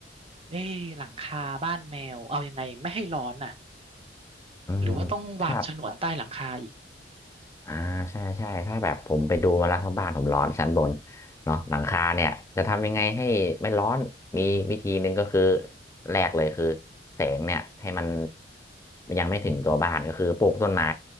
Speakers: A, on the right; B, on the left.
A: เอ้ยหลังคาบ้านแมวเอายังไงไม่ให้ร้อนน่ะ
B: อืม
A: หรือว่าต้องวางฉนวนใต้หลังคาอีก
B: ถ้า อ่าใช่ใช่ถ้าแบบผมไปดูมาแล้วทัรงบ้านผมร้อนชั้นบนเนาะหลังคาเนี่ยจะทำยังไงให้ไม่ร้อนมีวิธีหนึ่งก็คือ
A: อืม
B: แรกเลยคือแสงเนี่ยให้มันยังไม่ถึงตัวบ้านก็คือปลูกต้นไม้